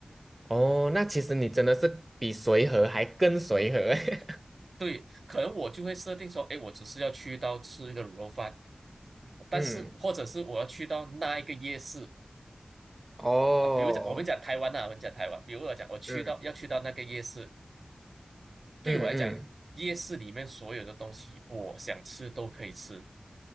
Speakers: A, on the right; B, on the right.
A: 哦，那其实你真的是比随和还更随和。
B: 对，可能我就会设定说，诶，我只是要去到吃一个卤肉饭，但是或者是我要去到那一个夜市
A: <laughs> 嗯，哦，
B: 啊，比如讲我们讲台湾呐、我们讲台湾，比如我讲我去到要去到那个夜市，
A: 嗯
B: 对我来讲，
A: 嗯嗯，
B: 夜市里面所有的东西我想吃都可以吃，